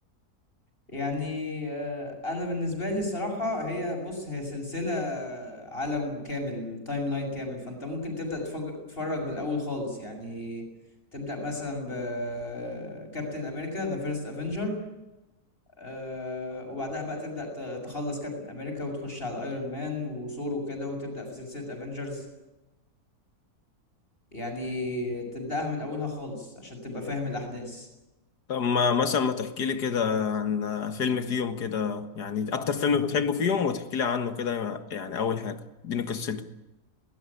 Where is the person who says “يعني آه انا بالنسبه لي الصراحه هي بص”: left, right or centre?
Left